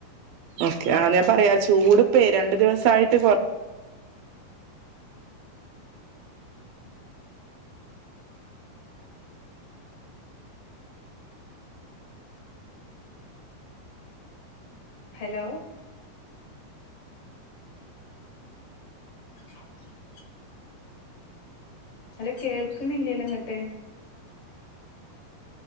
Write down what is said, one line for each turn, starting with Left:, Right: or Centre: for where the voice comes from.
Right: ഓക്കെ ആ ഞാൻ പറയാ ചൂട്പ്പം രണ്ട് ദിവസ സൈറ്റ്കൊ
Left: ഹലോ <inaudible> അല്ല കേൾക്ക്ണില്ലല്ലോ ഇങ്ങോട്ട്